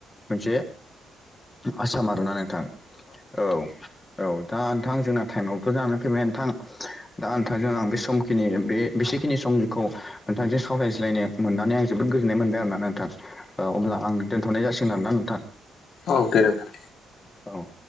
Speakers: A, on the left; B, on the left.
A: मोनसे आसाम आरोना नोंथां औ औ दा नोंथां जोंना टाइमाबोथ' जाना फैबाय नोंथां दा नोंथांजों आं बे समखिनि बे बेसेखिनि समखौ नोंथांजों सावरायज्लायनो मोननानै आं जोबोद गोजोननाय मोनदों आरोना नोंथां औ अब्ला आं दोनथ'नाय जासिगोन आरोना नोंथां
B: औ दे नोंथां
A: औ